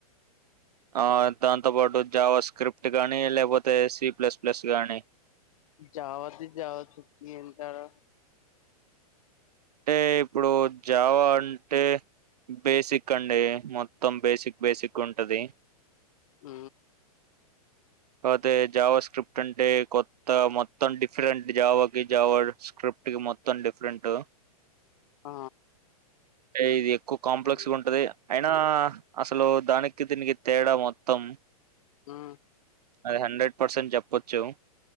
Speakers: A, on the right (about 80°); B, on the left (about 60°).
A: ఆ దాంతోపాటు జావా స్క్రిప్ట్ కాగానీ లేకపోతే సి ప్లస్ ప్లస్ కాగానీ
B: జావా త్రీ జావా ఫిఫ్టీ అంటారా.
A: అంటే ఇప్పుడు జావా అంటే బేసిక్ అండీ. మొత్తం బేసిక్ బేసిక్ ఉంటదీ.
B: ఊ
A: కాపోతే జావా స్క్రిప్ట్ అంటే కొత్త మొత్తం డిఫరెంట్ జావా కి జావా స్క్రిప్ట్ కి మొత్తం డిఫరెంటా.
B: ఆ
A: ఏది ఎక్వ కాంప్లెక్స్
B: ఆ,
A: గా ఉంటదీ. అయినా అసలూ దానికి దీనికి తేడా మొత్తం.
B: ఆ
A: అది హండ్రెడ్ పర్సెంట్ చెప్పచ్చు